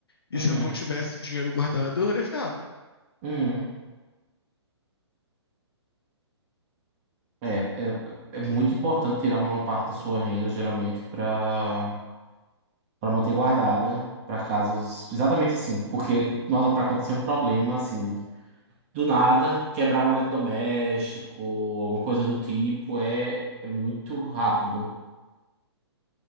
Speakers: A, on the left; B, on the right.
A: E
B: Uhum.
A: se eu não tivesse o dinheiro guardado, eu estaria ferrado.
B: Uhum. É, é, é muito importante tirar uma parte da sua renda, geralmente, para para manter guardada, para casos exatamente assim. Porque, nossa, para acontecer um problema, assim, do nada, quebrar um eletrodoméstico, alguma coisa do tipo, é, é muito rápido.